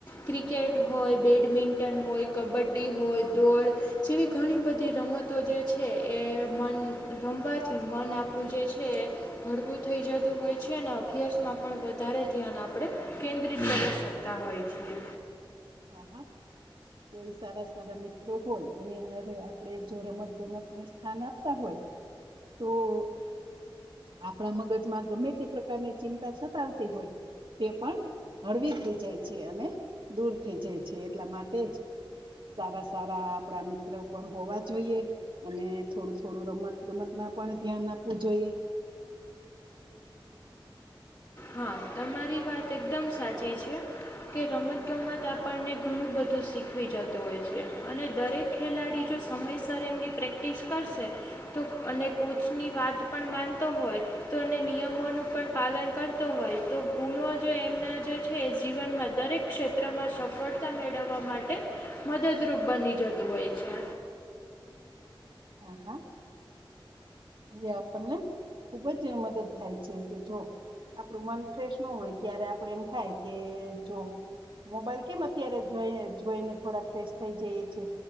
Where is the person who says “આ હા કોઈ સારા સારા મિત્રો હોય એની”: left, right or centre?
Right